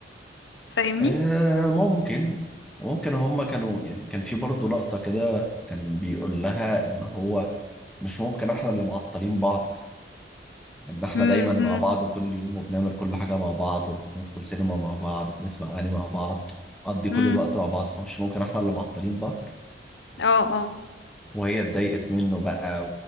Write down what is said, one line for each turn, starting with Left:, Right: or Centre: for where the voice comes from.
Left: فاهمني
Centre: آه، ممكن ممكن هم كانوا يعني كان في برضه لقطة كده كان بيقول لها إن هو مش ممكن احنا اللي معطلين بعض ان احنا
Left: امم
Centre: دايما مع
Left: امم
Centre: بعض كل يوم وبنعمل كل حاجة مع بعض وبندخل سينما مع بعض وبنسمع اغاني مع بعض نقضي كل
Left: امم
Centre: الوقت مع بعض فمش ممكن احنا اللي معطلين بعض
Left: اه اه
Centre: وهي اتضايقت منه بقى